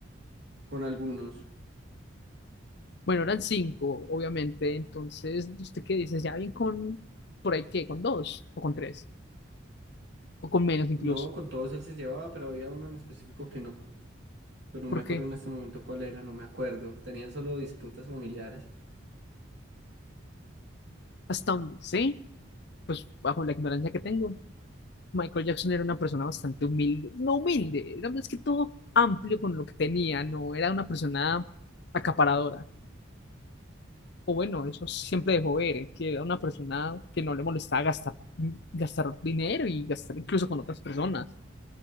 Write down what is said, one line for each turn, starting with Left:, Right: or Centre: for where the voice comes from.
Right: Con algunos.
Left: Bueno, eran cinco, obviamente. Entonces, ¿usted qué dice? ¿Ya bien con, por ahí qué, con dos o con tres? o con menos incluso,
Right: No, con todos él se llevaba, pero había uno en específico que no. Pues no
Left: porque
Right: me acuerdo en este momento cuál era, no me acuerdo. Tenían solo disputas familiares.
Left: hasta donde sé, pues bajo la ignorancia que tengo, Michael Jackson era una persona bastante humilde, no humilde, era más que todo amplio con lo que tenía, no era una persona acaparadora. O bueno, eso siempre dejó ver, eh, que era una persona que no le molestaba gastar, gastar dinero y gastar incluso con otras personas.